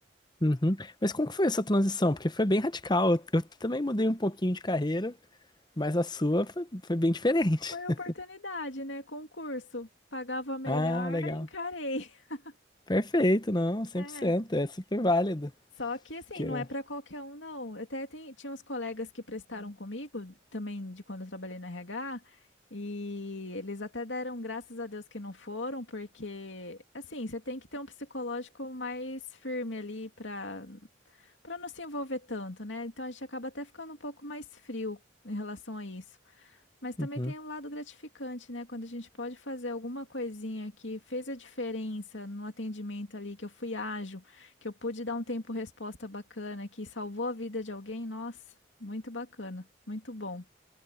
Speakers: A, on the left; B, on the left.
A: Uhum. Mas como que foi essa transição? Porque foi bem radical. Eu, eu também mudei um pouquinho de carreira, mas a sua foi, foi bem diferente.
B: Foi oportunidade,
A: <laughs>
B: né? Concurso. Pagava melhor,
A: Ah, legal.
B: encarei. <laughs>
A: Perfeito, não, 100%,
B: É.
A: é super válido.
B: Só que assim,
A: Que,
B: não
A: eu-
B: é pra qualquer um, não. Eu Até tem, tinha uns colegas que prestaram comigo, também de quando eu trabalhei no RH, e eles até deram graças a Deus que não foram, porque assim, você tem que ter um psicológico mais firme ali pra para não se envolver tanto, né? Então a gente acaba até ficando um pouco mais frio em relação a isso. Mas também
A: uhum.
B: tem um lado gratificante, né? Quando a gente pode fazer alguma coisinha que fez a diferença no atendimento ali, que eu fui ágil, que eu pude dar um tempo resposta bacana, que salvou a vida de alguém, nossa, muito bacana, muito bom.